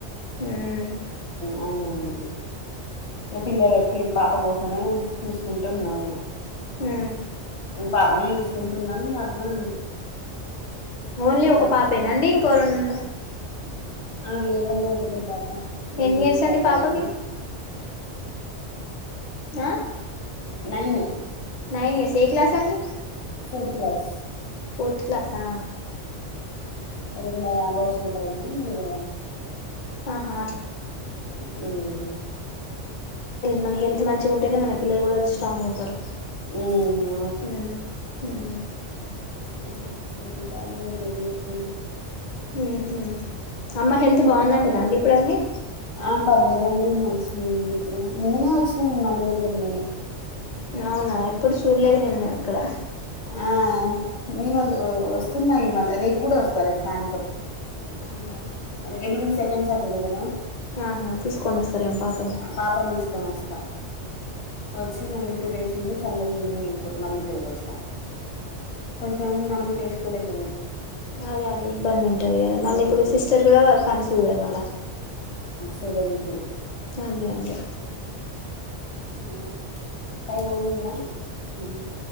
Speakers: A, on the left; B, on the left.
A: హ్మ్
B: అవునవును ఎ పిల పాప పో అ చూసుకుంటే ఉన్నాం ఇకా
A: ఉ
B: పాప నసు కుంటున్నాము అట్లా
A: ఓన్లీ
B: అట్లా
A: ఒక పాపేనాండి
B: ఇంగ
A: ఇంకెవర
B: అయిపోయింది.
A: ఉన్నారు
B: ఆ లేదండి ఒకద పాప
A: ఎన్ని
B: మనిస్కార
A: ఇయర్స్ అండి పాపకి
B: అనానా
A: అ
B: నైను
A: నైన్ ఇయర్స్ ఏ క్లాస అండి
B: ఫోర్త్ క్లాస్
A: ఫోర్త్ క్లాసా
B: రెండ బస్ంద న మీరు
A: ఆహా
B: మ్మ్
A: మన హెల్ మంచింటే మ పిల్లలు కూడాది స్ట్రాంగ్ ఉంటారు
B: మ్మ్
A: హ్మ్ హ్మ్
B: మ్మ్ <unintelligible>
A: మ్మ్ హ్మ్ అమ్మ హెల్త్ బాగుందంట దండి ఇప్పుడన్నీ
B: ఆ పర్లేదండి మంచినే ఉంది ఇప్పుడు నిన్ననే వచ్చినా నేను మమ్మీ దగ్గర నుండి
A: అవునా ఎప్పుడు చూడలేదు నిన్ను ఇక్కడ
B: ఆ నేను వస్ వస్తున్నాయి మ రేపు కూడా వస్తా రేపు సాయంత్రం
A: అవునా
B: అర ఎల్లుండి సెకండ్ సాటర్డే కద
A: ఆహా తీసుకొని వస్తారేమో పాపని
B: ఆ పాపని తీసుకొని వస్తా వచ్చి మళ్ళీ టూ డేస్ ఉండి సండే ఈవినింగ్ ఎల్పో మల్లిక్కడికొస్తా కొంచెం మమ్మీ చేసు తు లేకపో
A: అదే అదే ఇబ్బంది ఉంటది కదా మళ్ళీప్పుడు
B: మ్మ్
A: సిస్టర్ కూడా వర్ టువే మల్ల
B: సెవెనిప్పుడు
A: అదే అదే
B: మ్మ్ టైం అయిన్న